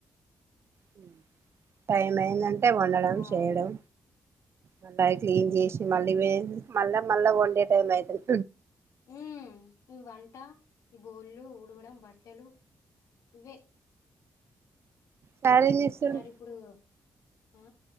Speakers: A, on the right; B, on the left.
A: హ్మ్ టైమ అయిన అట్టే కొనడం
B: ఆ
A: చేయడం మళ్ళా అది క్లీన్ చేసి మళ్ళీ మళ్ళా మళ్ళా వండే టైం అయితది
B: ఉ నువ వంట ఈ బోల్లు ఉడవడం బట్ టలు ఇవి
A: సార్ ఏం చేస్తుండు
B: మరి ఇప్పుడు ఆ